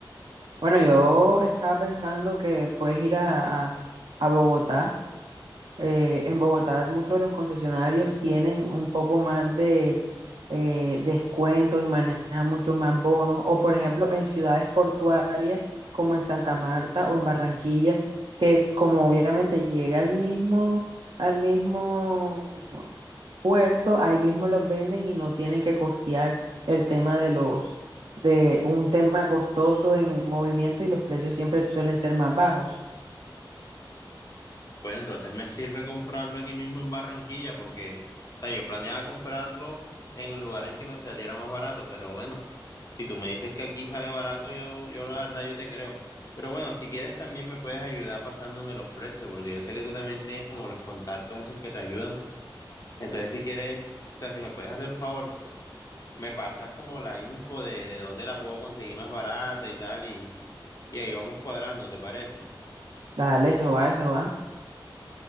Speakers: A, on the right; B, on the left.
A: Bueno, yo estaba pensando que puedes ir a, a, a Bogotá eh, en Bogotá muchos de los concesionarios tienen un poco más de eh, descuentos y manejan muchos más bonos. O por ejemplo, en ciudades portuarias como en Santa Marta o en Barranquilla, que como obviamente llega al mismo, al mismo puerto, ahí mismo los venden y no tienen que costear el tema de los, de un tema costoso en movimiento y los precios siempre suelen ser más bajos.
B: Bueno, entonces me sirve comprarlo aquí mismo en Barranquilla porque, o sea, yo planeaba comprarlo en el lugar en que me saliera más barato, pero bueno, si tú me dices que aquí sale barato, yo, yo la verdad yo te creo. Pero bueno, si quieres también me puedes ayudar pasándome los precios, porque yo sé que tú también tienes como los contactos esos que te ayudan. Entonces, si quieres, o sea, si me puedes hacer el favor, pues me pasas como la info de, de dónde la puedo conseguir más barata y tal, y, y ahí vamos cuadrando, ¿te parece?
A: Dale, eso va, eso va.